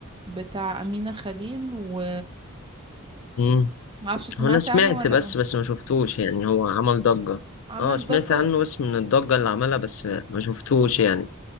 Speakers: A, on the right; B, on the left.
A: بتاع أمينة خليل و
B: مم.
A: معرفش سمعت
B: هو انا سمعت
A: عنه ولا
B: بس
A: لأ.
B: بس ما شفتوش يعني هو عمل ضجة
A: عمل
B: اه سمعت
A: ضجة
B: عنه بس من الضجة اللي عملها بس ما شفتوش يعني